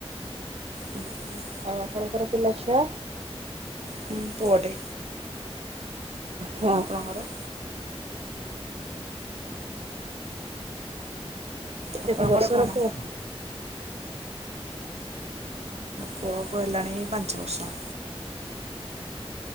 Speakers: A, on the right (about 85°); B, on the right (about 70°).
A: ହୁଁ ହୁଁ।
B: ଆଉ ଆପଣଙ୍କର ପିଲା ଛୁଆ?
A: ହୁଁ ପଡେ
B: ହଁ।
A: ଆପଣଙ୍କର? ଆପଣଙ୍କର
B: କେତେ ବର୍ଷର
A: କଣ
B: ପୁଅ?
A: ପୁଅକୁ ହେଲାଣି ପାଞ୍ଚ ବର୍ଷ।